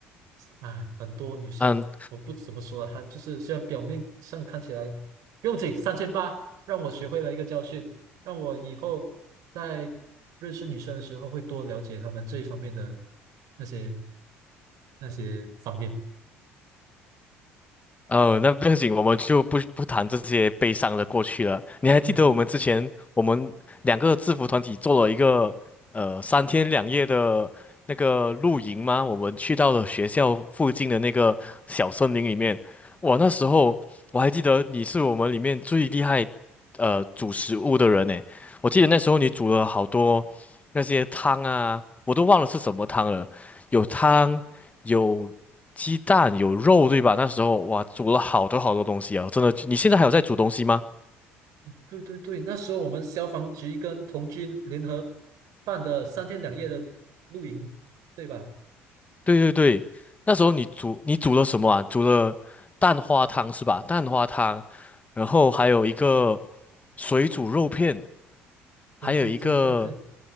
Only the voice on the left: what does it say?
嗯。
哦，那不要紧，我们就不不谈这些悲伤的过去了。你还记得我们之前我们两个制服团体做了一个呃三天两夜的那个露营吗？
我们去到了学校附近的那个小森林里面。哇，那时候我还记得你是我们里面最厉害呃煮食物的人呢。我记得那时候你煮了好多那些汤啊，我都忘了是什么汤了，有汤。有鸡蛋有肉，对吧？那时候哇，煮了好多好多东西啊，真的。你现在还有在煮东西吗？
对对对，那时候你煮你煮了什么啊？煮了蛋花汤是吧？蛋花汤，然后还有一个水煮肉片，
还有一个